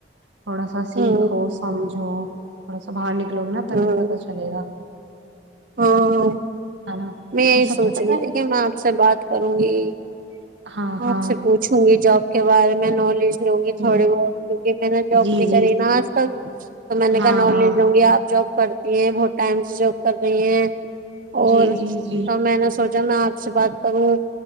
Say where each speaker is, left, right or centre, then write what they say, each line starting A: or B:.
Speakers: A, on the right (about 90°); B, on the right (about 50°).
A: تھوڑا سا سیکھو
B: ہوں
A: سمجھو تھوڑا باہر نکل لوگ نا تب
B: ہوں
A: پتا چلے گا
B: ہاں
A: ہے نا
B: میں یہی
A: وہ سب
B: سوچ
A: پتا
B: رہی تھی کہ میں آپ سے بات کروں گی
A: ہے ہاں ہاں
B: آپ سے پوچھوں گی ج آپ کے بارے میں نالج لگی تھوڑی
A: جی
B: بہت کیک میں نے جاب
A: جی
B: نہیں
A: جی
B: کری نا آج تک تو میں نے
A: ہاں
B: کہا نالج
A: ہاں
B: لوں گی آپ جاب کرتی ہیں بہت ٹائم سے جاب کر رہی ہیں اور
A: جی جی
B: سب
A: جی
B: میں نہ سوچ ج میں آپ سے بات کروں